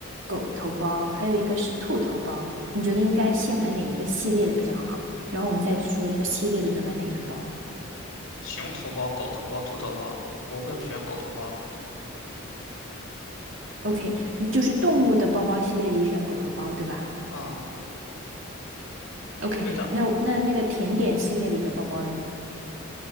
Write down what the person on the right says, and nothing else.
狗头包，还有一个是兔头包。你觉得应该先买哪一个系列的比较好？然后我们再说那个系列里面买哪个包。
OK，嗯就是动物的包包系列里选狗头包，对吧
？OK，
那那那个甜点系列里的包包嘞，